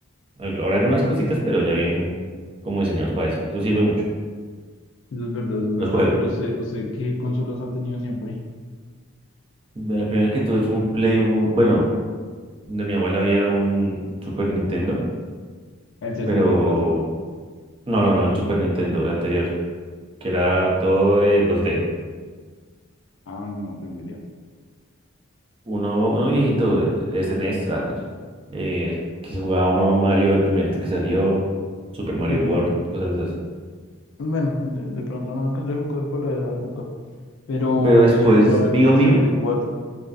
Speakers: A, on the right (about 25°); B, on the left (about 70°).
A: al- ahora eran unas cositas, pero ya vienen como diseñados para eso. Eso sirve mucho.
B: Eso es verdad, eso es verdad.
A: Los juegos.
B: Pero usted, usted, ¿qué consolas ha tenido siempre?
A: De la primera que tuve fue un Play, u- bueno, de mi abuela había un Super Nintendo,
B: El 64.
A: pero no, no, no, el Super Nintendo, el anterior, que era todo de dos d
B: Ah, no tengo idea.
A: Uno, uno viejito, eh, SNES, ah, eh, que se jugaba uno Mario, el primerito que salió, Super Mario
B: No, yo
A: World,
B: no-
A: cosas de esas.
B: bueno, de, de pronto no alcancé a jugar para esa época. Pero
A: Pero después
B: yo sí jugaba
A: mío
B: era el sesenta
A: mío,
B: y cuatro